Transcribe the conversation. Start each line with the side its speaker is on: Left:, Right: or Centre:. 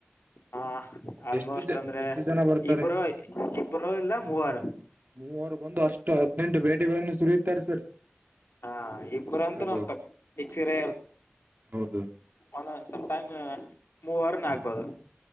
Left: ಹಾ ಆಲ್ಮೋಸ್ಟ್
Right: ಎಷ್ಟು ಜ
Left: ಅಂದ್ರೆ
Right: ಎಷ್ಟು ಜನ ಬರ್ತಾರೆ
Left: ಇಬರು ಇಬರು ಇಲ್ಲ ಮೂವರು
Right: ಮೂವರು ಬಂದು ಅಷ್ಟು ಹದಿನೆಂಟು ಬಟ ಇಲ್ಲಿ ಒಂದು ನಿಮಿಷ ತರಿಸಿದ್ರು
Left: ಹಾ ಇಬ್ಬ್ರಂತ
Right: ತರ್ಬು
Left: ನಮ್ ಪಕ್ ಫಿಕ್ಸಿರೇ
Right: ಹೌದು
Left: ಅಲ್ಲ ಸಮ್ಟೈಮ್ ಮೂವರ್ನ್ ಆಗ್ಬೋದು